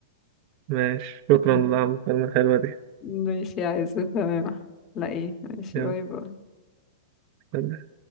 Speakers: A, on the right; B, on the left.
A: ماشي شكرا
B: <laughs>
A: على المكالمة الحلوة دي
B: ماشي يا عزة تمام لا ايه ماشي
A: يلا
B: باي باي
A: سلام.